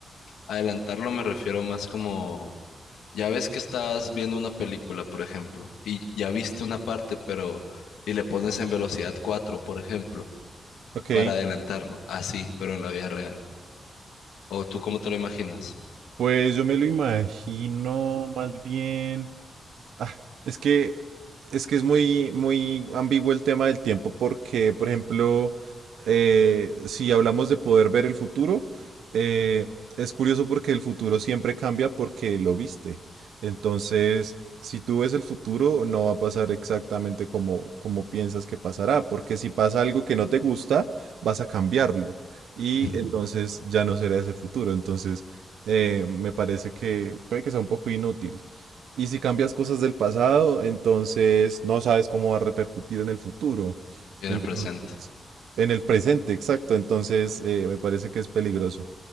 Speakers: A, on the left; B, on the right.
A: Adelantarlo me refiero más como, ya ves que estás viendo una película, por ejemplo, y ya viste una parte, pero y le pones en velocidad 4 por ejemplo,
B: Ok,
A: para adelantarlo, así, pero en la vida real. ¿O tú cómo te lo imaginas?
B: pues yo me lo imagino más bien. Ah, es que, es que es muy, muy ambiguo el tema del tiempo porque, por ejemplo, eh, si hablamos de poder ver el futuro, eh, es curioso porque el futuro siempre cambia porque lo viste. Entonces, si tú ves el futuro, no va a pasar exactamente como, como piensas que pasará, porque si pasa algo que no te gusta, vas a cambiarlo y
A: Ujú,
B: entonces ya no será ese futuro. Entonces, eh, me parece que puede que sea un poco inútil. Y si cambias cosas del pasado, entonces no sabes cómo va a repercutir en el futuro.
A: Y en
B: Entonces,
A: el presente.
B: en el presente, exacto. Entonces, eh, me parece que es peligroso.